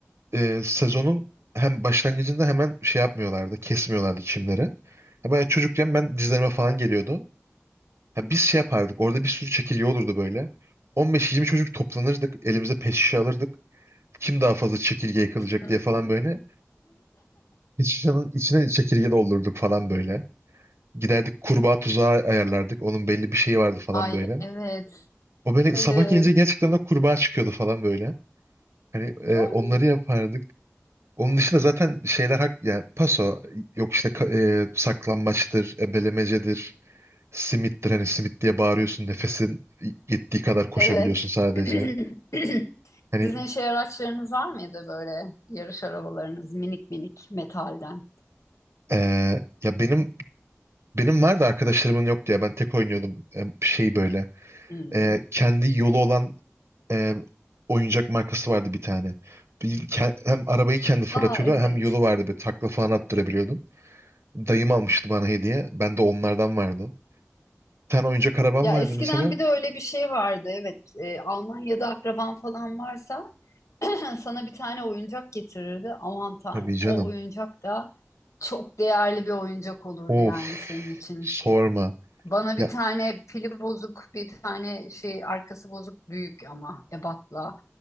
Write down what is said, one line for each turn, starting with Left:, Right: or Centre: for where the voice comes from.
Right: e, sezonun hem başlangıcında hemen şey yapmıyorlardı, kesmiyorlardı çimleri. Ya bayağı çocukken ben dizlerime falan geliyordu. Ya biz şey yapardık, orada bir sürü çekirge olurdu böyle. 15-20 çocuk toplanırdık, elimize pet şişe alırdık. Kim daha fazla çekirge yakalayacak
Left: <laughs>
Right: diye falan böyle. Pet şişenin içine çekirge doldurduk falan böyle. Giderdik kurbağa tuzağı ayarlardık, onun belli bir şeyi vardı falan
Left: Ay
Right: böyle.
Left: evet.
Right: O böyle
Left: Evet.
Right: sabah gelince gerçekten de kurbağa çıkıyordu falan böyle. Hani e,
Left: Ay.
Right: onları yapardık. Onun dışında zaten şeyler hak yani paso yok işte ka- e, saklambaçtır, ebelemecedir, simittir hani simit diye bağırıyorsun nefesin yettiği kadar koşabiliyorsun
Left: Evet.
Right: sadece.
Left: <clears throat>
Right: Hani
Left: Sizin şey araçlarınız var mıydı böyle yarış arabalarınız minik minik metalden?
Right: e, ya benim benim vardı arkadaşlarımın yok diye ben tek oynuyordum E, şey böyle
Left: Hmm.
Right: E, kendi yolu olan e, oyuncak markası vardı bir tane. Bir, ke- hem arabayı kendi fırlatıyordu
Left: Aa evet.
Right: hem yolu vardı böyle takla falan attırabiliyordum. Dayım almıştı bana hediye. Bende onlardan vardı. Bir tane oyuncak arabam
Left: Ya
Right: vardı
Left: eskiden
Right: mesela.
Left: bir de öyle bir şey vardı. Evet, e, Almanya'da akraban falan varsa <laughs> <clears throat> sana bir tane oyuncak getirirdi. Aman Tanrım,
Right: Tabii canım.
Left: o oyuncak da çok değerli bir oyuncak olurdu
Right: Of,
Left: yani senin için.
Right: sorma.
Left: Bana
Right: Ya
Left: bir tane pili bozuk, bir tane şey arkası bozuk büyük ama ebatla